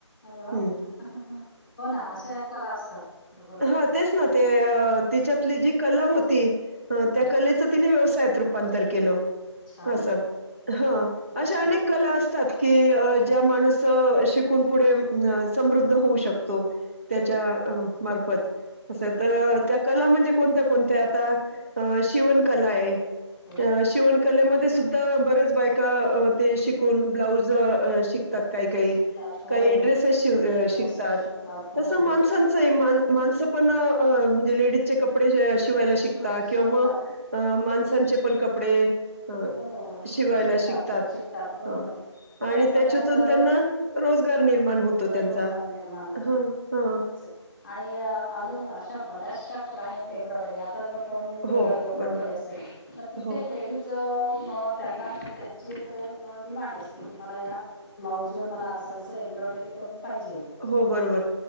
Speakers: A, in the centre; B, on the right.
A: अरे वा
B: हं
A: होना अशाया कला असतात. बरोबर
B: हां तेचना तेअ तिच्यातली जी कला होती अं
A: हम्म
B: त्या कलेच.... तिने व्यवसायात रूपांतर केलं.
A: छान
B: असं हं
A: मस्त
B: अशा अनेक कला असतात की अ
A: हो
B: ज्या माणूसअ शिक.... कून पुढे अमं न समृद्ध होऊ शकतो त्याच्या
A: हो
B: अ असंत् त्या कला म्हंजे कोनत्या कोनत्या आता. अ शिवणकलाय
A: हो
B: अ शिवणकलेमध्ये स सुद्धा बरेच बायका अते शिकून ब्लाऊज अ शिकतात काई काई
A: शिवतात हो
B: काइ ड्रेसेस शिव अ
A: ड्रेसेस
B: शिकतात
A: शिवतात हो
B: तसं माणसांचय मा माणसंपणं अ म्हंजे लेडीजचे कप कपडे अ शिवायला
A: शिव
B: शिकतात
A: शिकतात
B: किंवा म अ माणसांचे पण कपडे अ
A: हो
B: शिवायला
A: शिवतात
B: शिकतात
A: बरोबर
B: ह
A: आहे
B: आणि
A: त्यातून
B: त्याच्यातून
A: त्यांचं
B: त्यांना रोजगार निर्माण होतो
A: रोजगार
B: त्यांचा
A: निर्माण होतो
B: हा हा
A: खरंच आणि अजून अशा बऱ्याचशा कला आहेत भमब्रॉवडीने आता ज कोणी टेलर
B: हो,
A: लोककडे
B: बरोबर.
A: असेल तर तिथे
B: हो,
A: लेडीज त्यांना म्हणजे त्यांची एक डिमांड असते की मला या ब्लाउज वर मला अस अस एम्ब्रॉयडरी करून पाहिजे
B: हो, बरोबर.